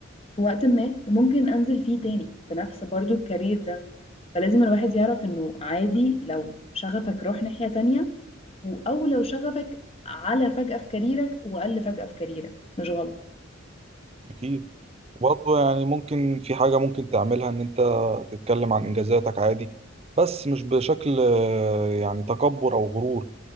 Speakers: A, on the left; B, on the right.
A: في وقت ما وممكن انزل فيه تاني في نفس برضو الكارير ده فلازم الواحد يعرف انه عادي لو شغفك روح ناحية تانية و- او لو شغفك على فجأة في كاريرك وقل فجأة في كاريرك مش غلط
B: اكيد برضه يعني ممكن في حاجه ممكن تعملها ان انت تتكلم عن انجازاتك عادي بس مش بشكل آه، يعني تكبر او غرور